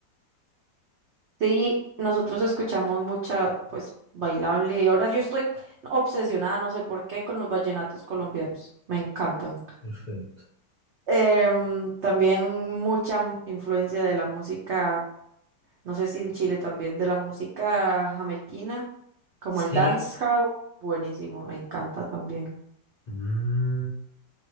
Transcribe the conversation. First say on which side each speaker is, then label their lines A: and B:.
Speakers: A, on the right; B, on the left.
A: Sí, nosotros escuchamos mucha, pues, bailable. Y ahora yo estoy obsesionada, no sé por qué, con los vallenatos colombianos. Me encantan.
B: Perfecto.
A: Em, también mucha mu- influencia de la música, no sé si en Chile también, de la música jamaiquina, como
B: Sí,
A: el dancehall, buenísimo, me encanta también.
B: Mm.